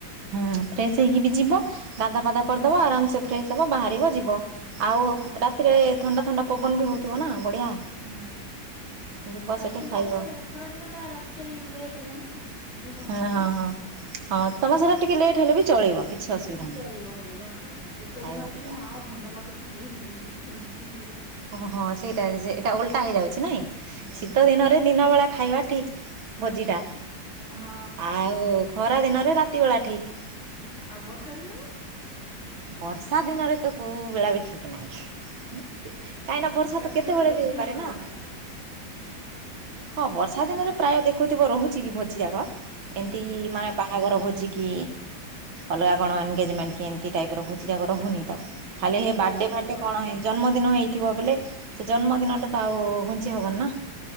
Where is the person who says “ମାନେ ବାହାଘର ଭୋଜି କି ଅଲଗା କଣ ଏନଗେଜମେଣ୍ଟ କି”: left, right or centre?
Right